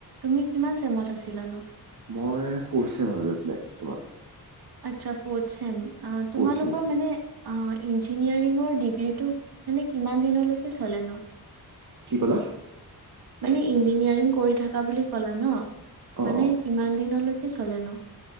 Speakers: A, on the right (about 70°); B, on the right (about 55°).
A: তুমি কিমান চেমত আছিলানো
B: মই ফৰ্থ চেমত গৈ পেলাই তোমাৰ
A: আচ্ছা ফৰ্থ চেম অ
B: ফ'ৰ্থ
A: তোমালোকৰ
B: ছেমিষ্টাৰ
A: মানে অ ইঞ্জিনিয়াৰিঙৰ ডিগ্ৰীটো মানে কিমান দিনলৈকে চলে ন
B: কি কলা
A: মানে ইঞ্জিনিয়াৰিং কৰি থাকা বুলি ক'লা ন
B: অ
A: মানে
B: অ
A: কিমান দিনলৈকে চলেনো